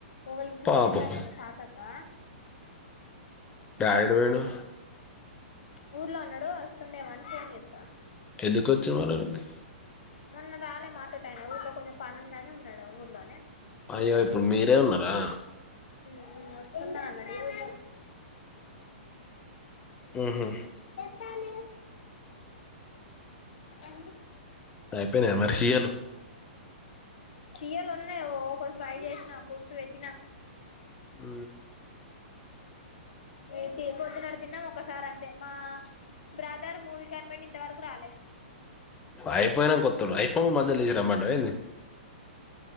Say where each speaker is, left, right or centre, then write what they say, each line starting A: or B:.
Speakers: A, on the left (about 55°); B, on the left (about 15°).
A: ఎవళికి ఫోన్
B: పాపం
A: చెత్తానవ్ రా తాతకా.
B: డాడి ఎటు పోయిండు.
A: ప్చ్ ఊర్లో ఉన్నడూ వస్తుండేమొ అని ఫోన్ చేత్తాండు.
B: ఎందుక్ వచ్చి <unintelligible> అండి
A: ప్చ్ మొన్న రాలే మాతోటాయన ఊర్లో కొంచెం పని ఉందని ఉన్నడు ఊర్లో.
B: అయ్యో ఇప్పుడు మీరే ఉన్నరా.
A: ఊ వస్తున్నా అన్నడు ఈ రోజు.
B: ఊహు
A: చాల ఎ
B: అయిపొయినా మరి షీాయలు
A: ఛీయలు ఉన్నయ్ ఓకొన్ని ఫ్రై చేశినా, పుల్సు పెట్టినా.
B: ఊ
A: ఐతే పొద్దున్నడు తిన్నం ఒక్కసారి అంతే మా బ్రదర్ మూవీ కని పోయిండు ఇంత వరకు రాలే.
B: అయిపోయినంక వొత్తడు. అయిఫో మధ్యల్లేచి రమ్మంటవ ఏంది.